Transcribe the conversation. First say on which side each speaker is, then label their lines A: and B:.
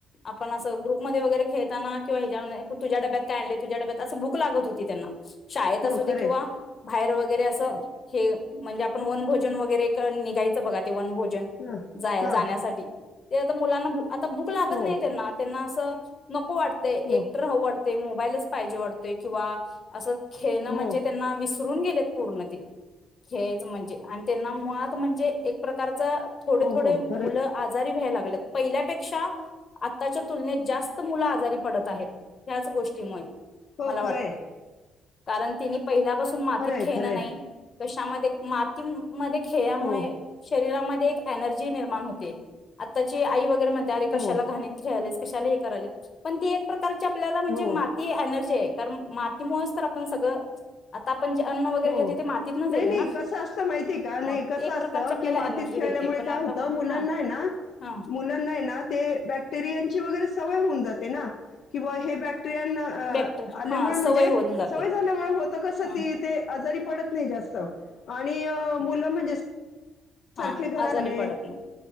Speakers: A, on the left; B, on the left.
A: आपण असं ग्रुपमध्ये वगैरे खेळताना किंवा ह्याच्या तुझ्या डब्यात काय आणले तुझ्या डब्यात असं भूक लागत होती त्यांना शाळेत
B: हो
A: असू दे
B: खरंय
A: बाहेर वगैरे अस
B: हा
A: हे म्हणजे आपण वन भोजन वगैरे करून निघायचं बघा. ते वन भोजन
B: हा
A: जाय
B: हा
A: जाण्यासाठी ते आता मुलांना भूक आता भूक लागत
B: हो
A: नाही त्यांना त्यांना स नको. नको वाटतय एकट
B: हो
A: राहू वाटतय वायलाच पाहिजे वाटतय किंवा असं खेळणं
B: हो
A: म्हणजे.
B: हो
A: त्यांना विसरून गेलेत पूर्ण ते खेळायच म्हणजे आणि त्यांना मुळात म्हणजे एक प्रकारच थोडे
B: हो
A: थोडे
B: हो
A: मुलं
B: खरंय
A: आजारी. वह्यालागल्यात पहिल्यापेक्षा आताच्या तुलनेत जास्त मुलं आजारी पडत आहेत हयाच गोष्टीमुळे.
B: हो
A: मला
B: खरंय
A: वाटतय. कारण तिने पहिल्यापासून मातीत
B: खरंय
A: खेळणं
B: खरंय
A: नाही. कशामध्ये मातीम मध्ये खेळल्यामुळे
B: हो
A: शरीरामध्ये ते एक एनर्जी निर्माण होते. आताची आई वगैरे तर म्हणते अरे कशाला
B: हो
A: घाणी खेळायलायस. कशाला हे कराले पण ते एक प्रकारच्या आपल्याला म्हणजे
B: हो
A: माती एनर्जी ये. कारण मातीमुळेच तर आपण सगळं आता आपण जे अन्न वगैरे
B: हो
A: घेते ते मातीतनच
B: नाही,
A: येते
B: नाही,
A: ना
B: कस असत माहिती का?
A: मग
B: नाही कसं
A: एक
B: असत?
A: प्रकारची आपल्याला
B: की मातीत
A: एनर्जी
B: खेळल्यामुळे
A: देते पण
B: काय
A: आता
B: होतं?
A: मग
B: मुलांना
A: हा
B: ना
A: हा
B: मुलांना ना ते बॅक्टेरियाची वगैरे सवय होऊन जाते ना कीबुवा हे बॅक्टे स्रियांना
A: बॅक्टर
B: आल्यामुळे
A: हा
B: म्हणजे
A: सवय होऊन जाते
B: सवय झाल्यामुळे होत कस
A: ह
B: ती ते तरी पडत नाही जास्त आणि मुलं म्हणजे सारखे
A: हा
B: घरात
A: आजारी
B: आले
A: पडत नाही